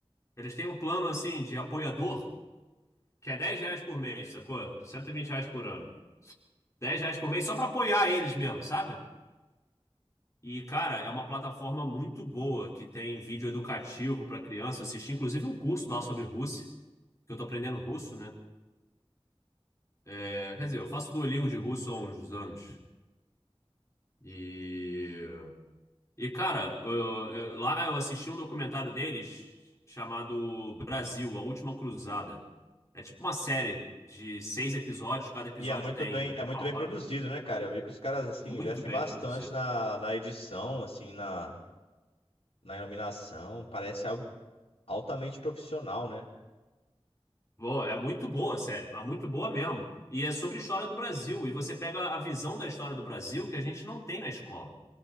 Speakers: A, on the left; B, on the left.
A: Eles têm um plano assim de apoiador, que é 10 reais por mês, sacou? cento e vinte reais por ano. dez reais por mês só pra apoiar eles mesmo, sabe? E, cara, é uma plataforma muito boa que tem vídeo educativo para criança assistir, inclusive um curso lá sobre russo, que eu tô aprendendo russo, né? É, quer dizer, eu faço Duolingo de russo há uns anos. E, e cara, eu- eu- lá eu assisti um documentário deles chamado Brasil, A Última Cruzada. É tipo uma série de seis episódios, cada episódio
B: E é muito
A: tem
B: bem, é
A: uma
B: muito bem
A: hora,
B: produzido, né, cara? Eu vi que os caras assim
A: muito
B: investem
A: bem
B: bastante
A: produzido.
B: na, na edição, assim, na, na iluminação. Parece algo altamente profissional, né?
A: Boa, é muito boa a série, mas muito boa mesmo. E é sobre a história do Brasil. E você pega a visão da história do Brasil que a gente não tem na escola.